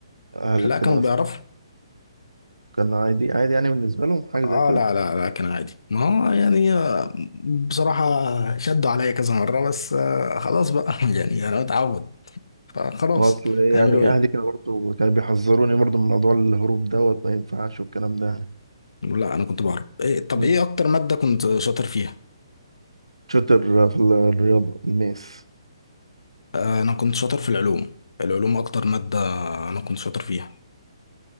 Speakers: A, on the right (about 80°); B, on the left (about 65°).
A: اهلك
B: لا
A: كده
B: كانوا
A: مثلا
B: بيعرفوا
A: كان عادي عادي يعني بالنسبه لهم حاجه
B: اه
A: زي كده
B: لا لا لا كان عادي ما هو يعني آه، بصراحة شدوا عليا كذا مرة بس آه، خلاص بقى <laughs> يعني انا متعود فخلاص
A: ما اصل إيه
B: هيعملوا
A: يعني
B: ايه
A: اهلي كانوا برضه كانوا بيحذروني برضه من موضوع الهروب دوت ما ينفعش والكلام ده
B: لا انا كنت بهرب إيه طب
A: مم.
B: ايه اكتر مادة كنت شاطر فيها
A: شاطر في ال- الرياضه الماس
B: آه، انا كنت شاطر في العلوم العلوم اكتر مادة انا كنت شاطر فيها